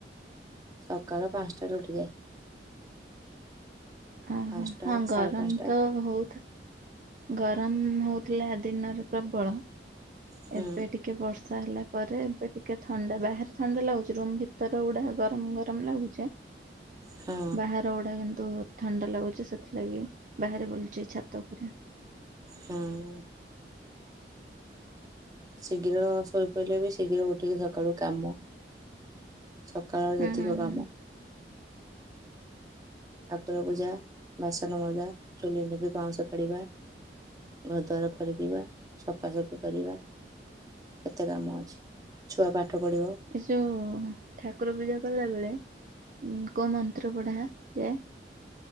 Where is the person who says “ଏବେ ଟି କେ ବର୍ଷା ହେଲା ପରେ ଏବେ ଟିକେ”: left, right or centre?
Right